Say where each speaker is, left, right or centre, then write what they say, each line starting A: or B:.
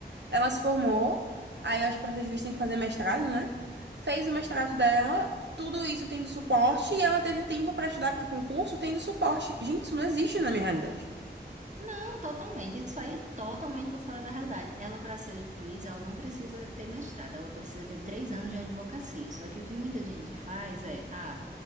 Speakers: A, on the right; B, on the right.
A: Ela se formou, aí acho que pra ser juiz tem que fazer mestrado, né? Fez o mestrado dela, tudo isso tendo suporte, e ela teve o tempo pra estudar pra concurso tendo suporte. Gente, isso não existe na minha realidade.
B: Não, totalmente. Isso aí é totalmente por fora da realidade. Ela, para ser juiz, ela não precisa ter mestrado, ela precisa ter três anos de advocacia. Só que o que muita gente faz é, ah,